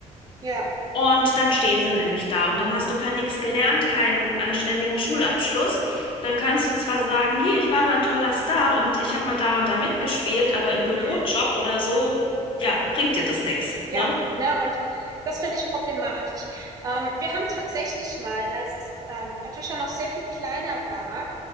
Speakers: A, on the right; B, on the left.
A: Ja,
B: Und dann stehen sie nämlich da und dann hast du kein nix gelernt, keinen anständigen Schulabschluss. Dann kannst du zwar sagen, hier, ich war mal ein toller Star und ich habe mal da und da mitgespielt, aber im Bürojob
A: mhm.
B: oder so, ja, bringt dir das nix,
A: Ja,
B: ne?
A: ne, und das finde ich problematisch. Ähm, wir haben tatsächlich mal, als ähm, Patricia noch sehr viel kleiner war,